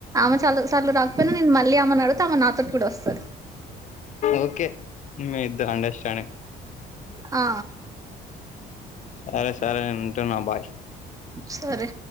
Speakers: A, on the right; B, on the left.
A: ఆమె చాలా సార్లు రాకపోయి నే మళ్ళీ ఆమె నడు తమ నా తోటి కూడా వస్తది.
B: ఓకే ఇద అంట ఇష్టను
A: ఆ
B: సరే సరే అంట నా బాయ్
A: సరే